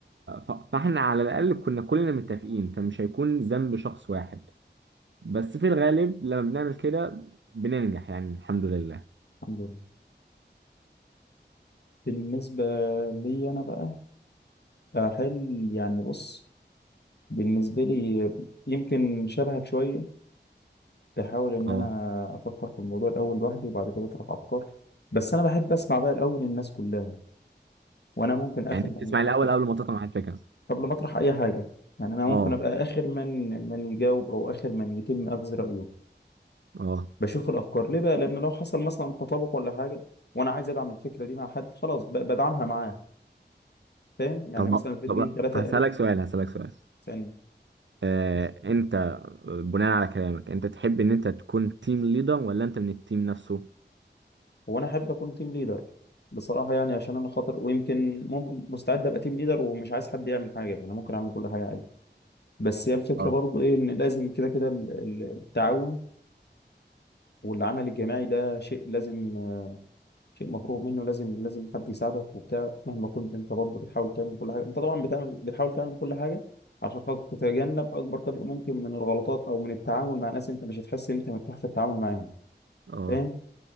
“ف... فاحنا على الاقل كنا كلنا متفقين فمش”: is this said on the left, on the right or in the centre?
Right